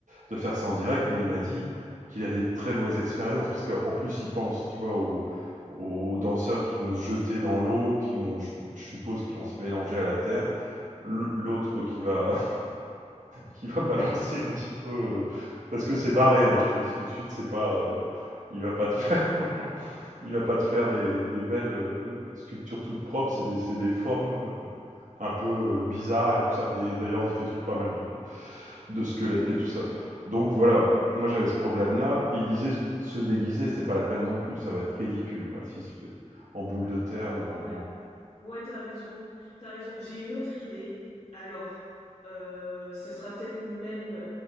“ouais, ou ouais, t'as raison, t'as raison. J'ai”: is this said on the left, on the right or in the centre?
Left